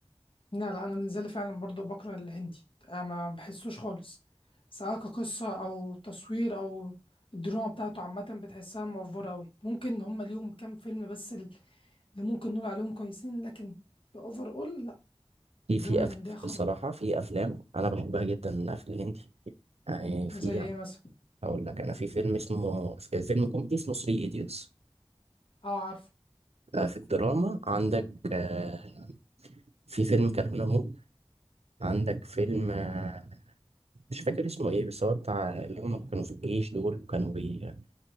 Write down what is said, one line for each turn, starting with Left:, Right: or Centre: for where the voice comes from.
Left: لا لا انا بالنسبه فعلا برضه بكره الهندي انا ما بحسوش خالص سواء كقصه او تصوير او الدراما بتاعته عامه بتحسها موفره قوي ممكن هم ليهم كام فيلم بس ال- اللي ممكن نقول عليهم كويسين لكن اوفر اول لا
Right: في
Left: الدراما
Right: في أف...
Left: الهنديه خرا
Right: الصراحه في افلام انا بحبها جدا في الهندي يعني في
Left: زي ايه مثلا
Right: اقول لك انا في فيلم اسمه فيلم كوميدي اسمه 3 ايديوتس
Left: اه عارفه
Right: في الدراما عندك آه، في فيلم كان هنا هو عندك فيلم آه، مش فاكر اسمه ايه بس هو بتاع اللي هم كانوا في الجيش دول وكانوا بي